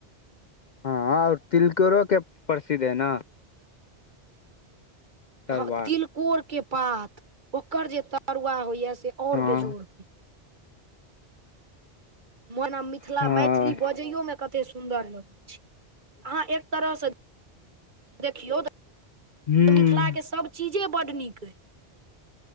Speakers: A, on the left (about 55°); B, on the right (about 45°).
A: हँऽ और तिलकोरो के प्रसिद्ध अइ न। तरुआ
B: हॅं तिलकोर के पात ओकर जे तरुवा होइये से और
A: हँ
B: बेजोड़। मोना मिथिला
A: हँ
B: - मैथिली बजैयो मे कते सुन्दर लगै छै अहाँ एक तरह से देखियौ त
A: ह्म
B: मिथिलाक सब चीजे बड्ड नीक अइ।